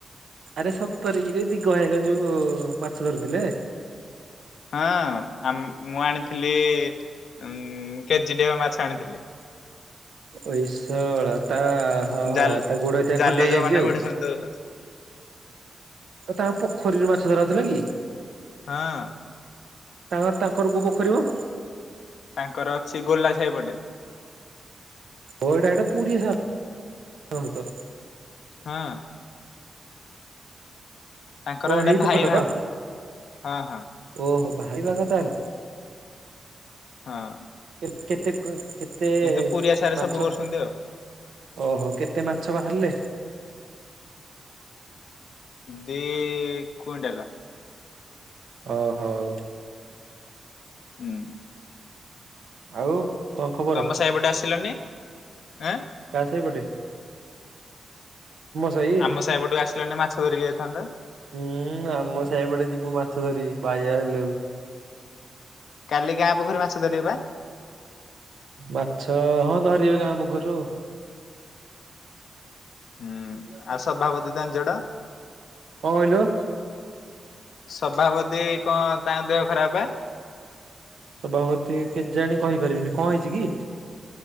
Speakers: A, on the right (about 80°); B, on the left (about 80°).
A: ଆରେ ସତର କିରେ ଦିଗ ଭାଇ ହେରିକା ଯୋଉ ମାଛ ଧରୁଥିଲେ।
B: ହଁ ଆମ୍ ମୁଁ ଆଣିଥିଲି ଉମ୍ କେଜିଟେ ହବ ମାଛ ଆଣିଥିଲି।
A: ଏଇ ଶଳା ତା ହଁ
B: ଜାଲ
A: ହଁ ତା ଗୋଡ଼ ଏ ଟେ
B: ଜାଲ
A: ଖଣ୍ଡି ହେଇଯାଇଚି ଆଉ।
B: <unintelligible>
A: ତାଙ୍କ ପୋଖରୀରେ ମାଛ ଧରା ହଉଥିଲା କି?
B: ହଁ।
A: ତାଙ୍କ ତାଙ୍କର କୋଉ ପୋଖରୀ ମ?
B: ତାଙ୍କର ଅଛି ଗୋଲା ସାଇ ପଟେ।
A: ଓ ଏଟା ହେଟା ପୁରିଆ <unintelligible> ତ
B: ହଁ। ତାଙ୍କର
A: ଓ
B: ହେଇଟା
A: ହେଇ
B: ଭାଇ
A: ପୋଖରୀଟା
B: ଭାଗ
A: ତ
B: ହଁ ହଁ।
A: ଓହୋ ଭାଇ ଭାଗ ତାହେଲେ।
B: ହଁ।
A: କେ କେତେ କ କେତେ
B: କିନ୍ତୁ ପୁରୀ ଆଶାରେ
A: ମାଛ?
B: ସବୁ କରୁଛନ୍ତି ଆଉ
A: ଓହୋ କେତେ ମାଛ ବାହାରିଲେ?
B: ଦି କୁଇଣ୍ଟାଲ।
A: ଓ ହଉ।
B: ଉଁ।
A: ଆଉ କଣ ଖବର?
B: ତମ ସାହିପଟେ ଆସିଲନି ଆଁ
A: କା ସାଇପଟେ? ସାହି
B: ଆମ ସାଇ ପଟୁ ଆସିଲନି ମାଛ ଧରିକି ଯାଇଥାନ୍ତ।
A: ଉଁ ଆମ ସାଇ ପଟେ ଯିବୁ ମାଛ ଧରି ବାଇଆ ହେଲୁ।
B: କାଲି ଗାଁ ପୋଖରୀ ମାଛ ଧରିବ ବା?
A: ମାଛ ହଁ ଧରିବେ ଗାଁ ପୋଖରୀରୁ ଆଉ।
B: ହୁଁ
A: କଣ
B: ଆଉ ସଭାପତି ତାଙ୍କ ଜଡ
A: କହିଲୁ?
B: ସଭାପତି କଁ ତାଙ୍କ ଦେହ ଖରାପେ?
A: ସଭାପତି କେଜାଣି କହିପାରିବିନି କଣ ହେଇଛି କି?